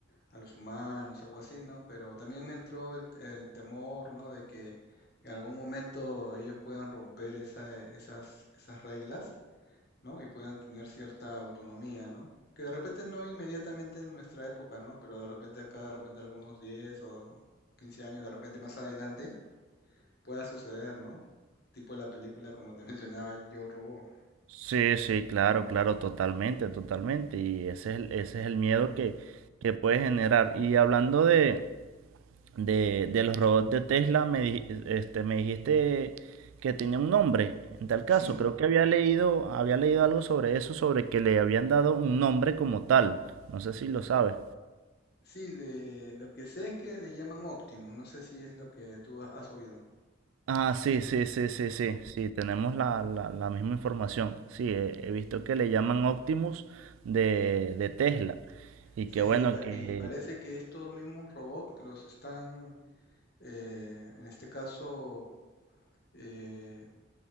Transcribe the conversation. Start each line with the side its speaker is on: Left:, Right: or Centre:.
Left: a los humanos, algo así, ¿no? Pero también me entró el, el temor, ¿no? De que en algún momento ellos puedan romper esa- esas, esas reglas, ¿no? Y puedan tener cierta autonomía, ¿no? Que de repente no inmediatamente en nuestra época, ¿no? Pero de repente acá, de repente algunos diez o quince años, de repente más adelante pueda suceder, ¿no? Tipo la película, como te <laughs> mencionaba, Yo Robot.
Right: Sí, sí, claro, claro, totalmente, totalmente. Y ese es, el- ese es el miedo que, que puede generar. Y hablando de, de, de los robots de Tesla, me, di- este, me dijiste que tenía un nombre. En tal
Left: Sí,
Right: caso, creo que había leído, había leído algo sobre eso, sobre que le habían dado un nombre como tal. No sé si lo sabes.
Left: sí, le- lo que sé es que le llaman Optimus, no sé si es lo que tú ha- has oído.
Right: Ah, sí, sí, sí, sí, sí, sí, tenemos la, la- la misma información. Sí, he, he visto que le llaman Optimus de, de Tesla. Y
Left: Sí,
Right: que bueno,
Left: y, pa-
Right: que...
Left: y parece que estos mismos robots los están, eh, en este caso, eh,